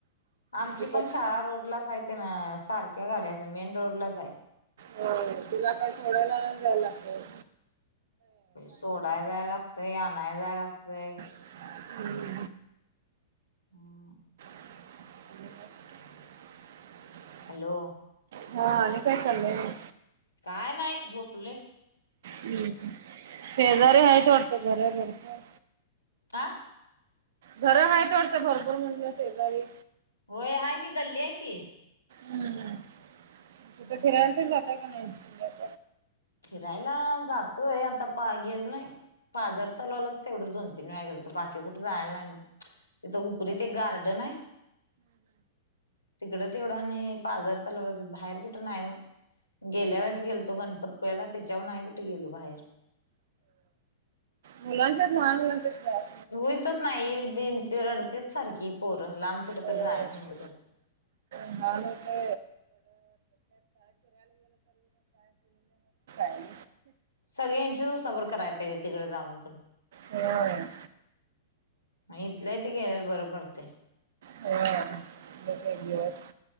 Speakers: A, on the left; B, on the right.
A: आमची
B: तिकट.
A: पण शाळा रोडलाच हाय, ते ना सारख्या गाड्या असत्यात मेन रोडलाच हाय.
B: होय तुला काय सोडायला नाही जायला लागत.
A: सोडाय जायाय लागतय, आनाय जायय लागतय.
B: <unintelligible>
A: हम.
B: <unintelligible>
A: हॅलो.
B: हा, आणि काय चाललंय मग?
A: काय नाही झोपलोय.
B: हम्म, शेजारी हायेत वाटत घरात जवळ तर
A: का?
B: घर हायेत वाटत, भरपूर म्हणलं शेजारी.
A: व्हय, हाय की गल्ली हाय की.
B: हम्म,
A: हम्म
B: कुठं फिरायला तेन जाताय काय नाही?
A: फिरायला जातोय, आता पा गेलो नाही. पाजर तलावलाच तेवढं दोन -तीन वेळा गेलतो बाकी कुठे जायला नाही मी. इथं हुपरीत एक गार्डन हाय तिकडं तेवढं आणि पाजर तलावच बाहेर कुठं नाही मग. गेल्या वेळेस गेलतो गणपतपुळ्याला त्येच्यावरून नाय कुठ गेलो बाहेर.
B: मुलांच्यात लहान मुलांच फ्रॉक
A: होईतच नाही दिंच, रडतेच सारखी पोरं लांब कुठतर
B: हो.
A: जायच म्हणलं तर. <unintelligible>
B: <unintelligible> मग काय आणि?
A: सगळी यांची उसाबर कराय पाहिजे तिकड जाऊन पण.
B: होय.
A: मग इथल्या इथ गेलेलं बरं पडतंय.
B: होय. एकेक दिवस.